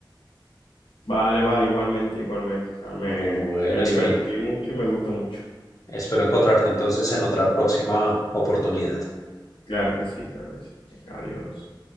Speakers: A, on the left; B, on the left.
A: Vale, vale, igualmente, igualmente. O sea, me,
B: Bueno,
A: me
B: espero,
A: divertí mucho y me gustó mucho.
B: espero encontrarte entonces en otra próxima oportunidad.
A: Claro que sí, claro que sí. Venga, adiós.